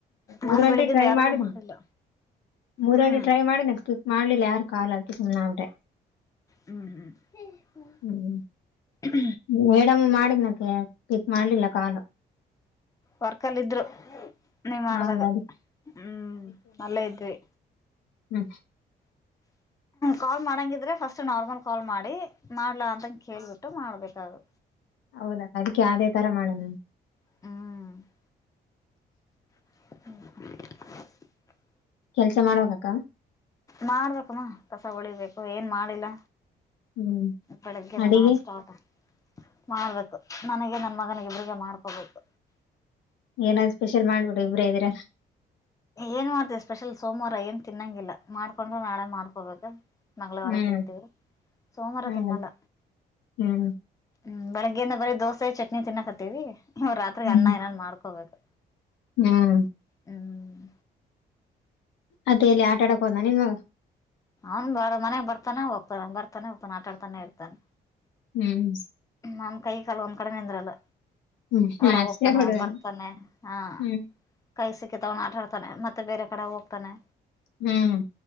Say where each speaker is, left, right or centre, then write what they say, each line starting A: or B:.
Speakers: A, on the left; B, on the left.
A: ಮೂರ್
B: ನಾನು
A: ಗಂಟೆ
B: ಬೆಳಿಗಿಂದ
A: ಟ್ರೈ
B: ಯಾರಿಗೂ
A: ಮಾಡಿದ್ನಿ
B: ಮಾಡಿಲ್ಲ
A: ಮೂರ್
B: ಹ್ಮ್
A: ಗಂಟೆ ಟ್ರೈ ಮಾಡಿ ನ ನೆಕಸ್್ಟ್ ಮಾಡ್ಲಿಲ್ಲ ಯಾರು ಕಾಲ್ ಅದಕ್ಕೆ ಸುಮ್ನೆ ಆಗ್ ಬಿಟ್ಟ
B: ಹ್ಮ್ ಹ್ಮ್
A: ಹ್ಮ್
B: ಹ್ಮ್
A: ಮೇಡಮ್ಮ್ ಮಾಡಿದನಕ ಪಿಕ್ ಮಾಡ್ಲಿಲ್ಲ ಕಾಲು
B: ವರ್ಕಲ್ ಇದ್ರು ನೀವ್ ಮಾಡ್ದಾಗ
A: ನಾವು ಅದ್-
B: ಹ್ಮ್ ಅಲ್ಲೇ ಇದ್ವಿ
A: ಹ್ಮ
B: ಕಾಲ್ ಮಾಡಂಗಿದ್ರೆ ಫಸ್ಟ್ ನಾರ್ಮಲ್ ಕಾಲ್ ಮಾಡಿ ಮಾಡ್ಲಾ ಅಂತಂಗ ಕೇಳ್ಬಿಟ್ಟು ಮಾಡ್ಬೇಕಾಗೆ
A: ಹೌದಾ ಅದಕ್ಕೆ ಯಾವದೇ ತರ ಮಾಡುದು
B: ಹ್ಮ ಹ್ಮ
A: ಕೆಲ್ಸ ಮಾಡ್ುವಾಗಕ್ಕ
B: ಮಾಡ್ಬೇಕುಮ್ಮ ಕಸ ಉಳಿಬೇಕು ಏನ್ ಮಾಡಿಲ್ಲ
A: ಹ್ಮ್
B: ಬೆಳಗ್ಗೆದ
A: ಅಡಿಗೆ
B: ನಾ ಸ್ಟಾರ್ಟ ಮಾಡ್ಬೇಕು ನನಗೆ ನನ್ ಮಗನಗ ಇಬ್ರಿಗೆ ಮಾಡ್ಕೋಬೇಕು
A: ಏನಾದ್ ಸ್ಪೆಷಲ್ ಮಾಡ್ಬಿಡು ಇಬ್್ರೇ ಇದದ್ರರ
B: ಏನ್ ಮಾಡ್ತ ಸ್ಪೆಷಲ್ ಸೋಮವಾರ ಏನ್ ತಿನ್ನಂಗಿಲ್ಲ ಮಾಡ್ಕೊಂಡ್ರೆ ನಾಳೆ ಮಾಡ್ಕೊಬೇಕ ಮಂಗಳವಾರ
A: ಹ್ಮ್
B: ತಿಂತೀವಿ ಸೋಮವಾರ
A: ಹೌದ್.
B: ತಿನ್ನಲ್ಲ
A: ಹ್ಮ್
B: ಹ್ಮ್ ಬೆಳಗ್ಗೆಯಿಂದ ಬರೀ ದೋಸೆ ಚಟ್ನಿ ತಿನ್ನಾಕತ್ತೀವಿ ಇವ್ ರಾತ್ರಿ
A: ಹ್ಮ್
B: ಅನ್ನ ಏನಾದ್ ಮಾಡ್ಕೋಬೇಕು
A: ಹ್ಮ್
B: ಹ್ಮ
A: ಅದೇ ಎಲ್ಲಿ ಆಟ ಆಡಕ ಹೋದ ನಿನ್ ಮ
B: ಅವ್ನ್ ಬ ಮನೆಗ್ ಬರ್ತಾನೆ ಹೋಗ್ತಾನ ಬರ್ತಾನೆೋಗ್ತಾನ ಆಟ ಆಡ್ತಾನೆ ಇರ್ತಾನೆ
A: ಹ್ಮ್
B: ನನ್ ಕೈ ಕಾಲ ಒಂದ್ ಕಡೆ ನಿಂದ್ರಲ್ಲ
A: ಹ್ಮ್ ಹ್ಮ್
B: ಹೊರಾಗ
A: ಅಷ್ಟೇ
B: ಹೋಗ್ತಾನೆ
A: ಹುಡುಗನ
B: ಬರ್ತಾನೆ ಹಾ
A: ಹ್ಮ್
B: ಕೈ ಸಿಕ್ಕಿ ತಗೊಂಡ ಆಟಾಡ್ತಾನೆ ಮತ್ತೆ ಬೇರೆ ಕಡೆ ಹೋಗ್ತಾನೆ
A: ಹ್ಮ್